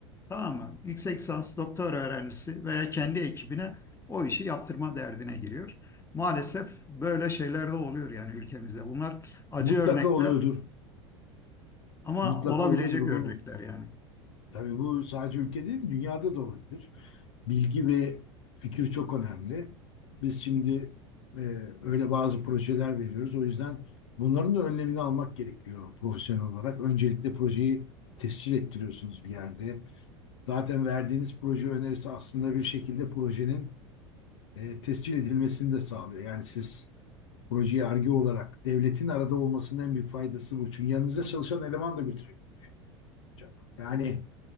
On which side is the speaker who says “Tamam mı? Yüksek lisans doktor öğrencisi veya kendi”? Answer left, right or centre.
Left